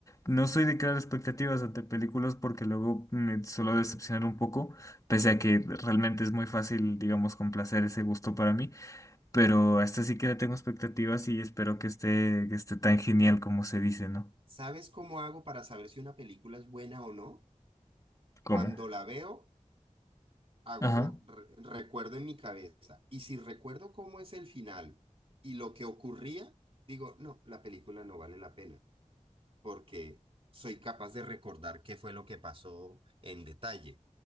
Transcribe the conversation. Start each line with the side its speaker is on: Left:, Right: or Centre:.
Left: No soy de crear expectativas ante películas porque luego me suelo decepcionar un poco, pese a que realmente es muy fácil, digamos, complacer ese gusto para mí. Pero a esta sí que le tengo expectativas y espero que esté, que esté tan genial como se dice, ¿no?
Right: ¿Sabes cómo hago para saber si una película es buena o no?
Left: ¿Cómo?
Right: Cuando la veo, hago,
Left: Ajá.
Right: re- recuerdo en mi cabeza. Y si recuerdo cómo es el final y lo que ocurría, digo, no, la película no vale la pena, porque soy capaz de recordar qué fue lo que pasó en detalle.